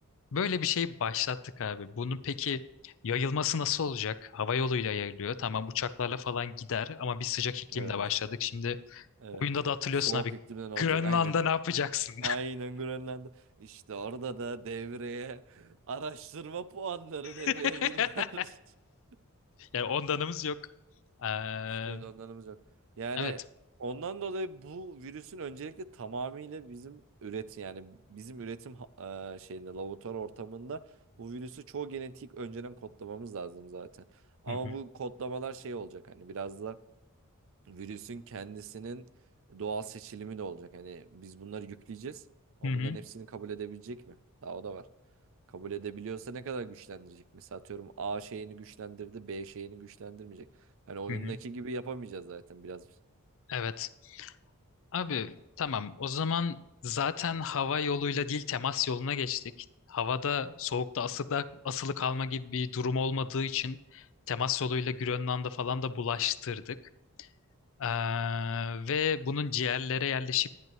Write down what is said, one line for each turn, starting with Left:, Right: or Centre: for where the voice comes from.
Left: Böyle bir şey başlattık abi. Bunun peki yayılması nasıl olacak? Hava yoluyla yayılıyor. Tamam uçaklarla falan gider ama biz sıcak iklimde
Right: Evet.
Left: başladık. Şimdi
Right: Evet.
Left: oyunda da hatırlıyorsun
Right: Soğuk
Left: abi
Right: iklimden olacak.
Left: Grönland'da
Right: Aynen.
Left: ne yapacaksın?
Right: Aynen Grönland'da. İşte orada da devreye araştırma puanları devreye
Left: <laughs>
Right: giriyor. <laughs>
Left: Yani ondanımız yok. Ee,
Right: İşte onlarımız yok. Yani
Left: evet.
Right: ondan dolayı bu virüsün öncelikle tamamıyla bizim üretim yani bizim üretim ha- e, şeyinde laboratuvar ortamında bu virüsü çoğu genetik önceden kodlamamız lazım zaten. Ama
Left: Hı hı.
Right: bu kodlamalar şey olacak hani biraz da virüsün kendisinin doğal seçilimi de olacak. Hani biz bunları yükleyeceğiz ama
Left: Hı hı.
Right: bunların hepsini kabul edebilecek mi? Daha o da var. Kabul edebiliyorsa ne kadar güçlendirecek? Mesela atıyorum A şeyini güçlendirdi, B şeyini güçlendirmeyecek. Hani oyundaki
Left: Hı hı.
Right: gibi yapamayacağız zaten biraz.
Left: Evet. Abi tamam o zaman zaten hava yoluyla değil temas yoluna geçtik. Havada soğukta asılı, asılı kalma gibi bir durum olmadığı için temas yoluyla Grönland'a falan da bulaştırdık. Ee, ve bunun ciğerlere yerleşip